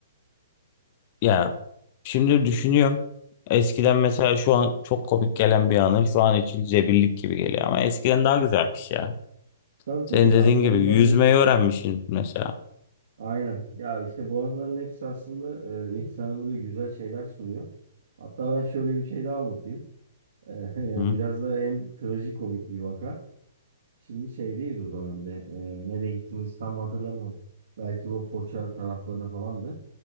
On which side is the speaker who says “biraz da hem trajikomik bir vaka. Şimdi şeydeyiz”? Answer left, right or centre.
Right